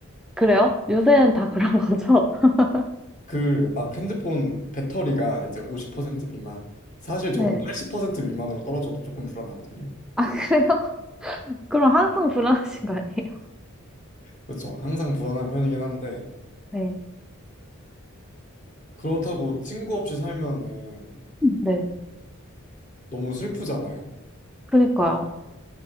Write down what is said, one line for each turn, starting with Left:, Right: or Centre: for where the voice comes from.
Centre: 그래요? 요새는 다 그런 거죠? <laughs>
Left: 그 막 핸드폰 배터리가 이제 50% 미만. 사실 저는
Centre: 네.
Left: 80% 미만으로 떨어져도 조금 불안하거든요.
Centre: 그래요? 그럼 항상 불안하신 거 아니에요?
Left: 그렇죠. 항상 불안한 편이긴 한데
Centre: 네.
Left: 그렇다고 친구 없이 살면은
Centre: 네.
Left: 너무 슬프잖아요.
Centre: 그니까요.